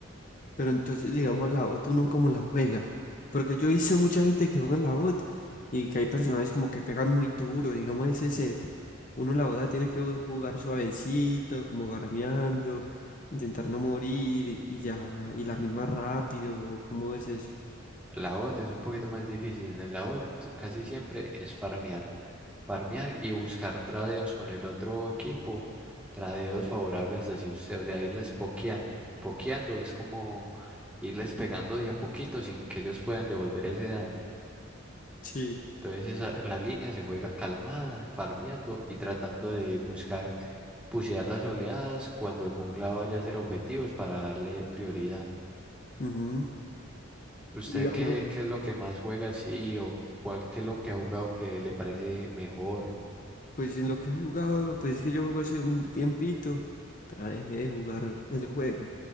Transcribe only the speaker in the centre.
La bot es un poquito más difícil. En la bot casi siempre es farmear. Farmear y buscar tradeos con el otro equipo. Tradeos favorables hacia usted. O sea, irles pokeando. Pokeando es como irles pegando de a poquito sin que ellos puedan devolver ese daño.
Entonces esa, la línea se juega calmada, farmeando y tratando de buscar pusear las oleadas cuando el jungla vaya a hacer objetivos para darle prioridad.
¿Usted
qué, qué es lo que más juega así o cuál qué es lo que ha jugado que le parece mejor?